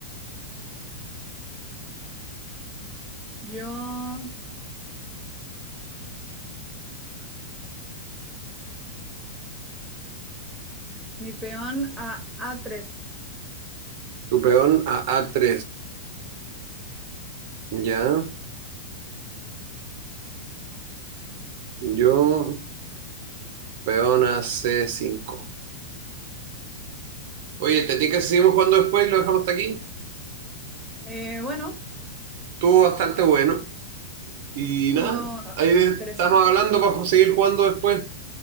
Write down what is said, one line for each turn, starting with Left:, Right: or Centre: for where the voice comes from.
Centre: Yo, mi peón a A3.
Right: Tu peón a A3. Ya. Yo, peón a c cinco. Oye, ¿te tinca si seguimos jugando después y lo dejamos hasta aquí?
Centre: Eh, bueno,
Right: Estuvo bastante bueno. Y
Centre: estuvo
Right: nada, ahí estamos
Centre: interesante.
Right: hablando para seguir jugando después.